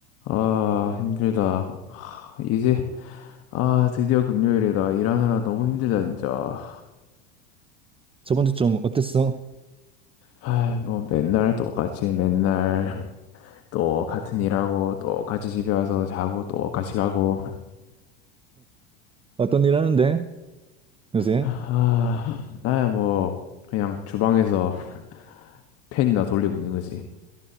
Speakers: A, on the left (about 50°); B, on the right (about 15°).
A: 아, 힘들다. 하, 이제, 아, 드디어 금요일이다. 일하느라 너무 힘들다, 진짜.
B: 저번 주 좀 어땠어?
A: 아, 뭐, 맨날 똑같이, 맨날 또 같은 일하고, 또 같이 집에 와서 자고, 또 같이 가고.
B: 어떤 일 하는데? 요새?
A: 아, 나야 뭐, 그냥 주방에서 <laughs> 팬이나 돌리고 있는 거지.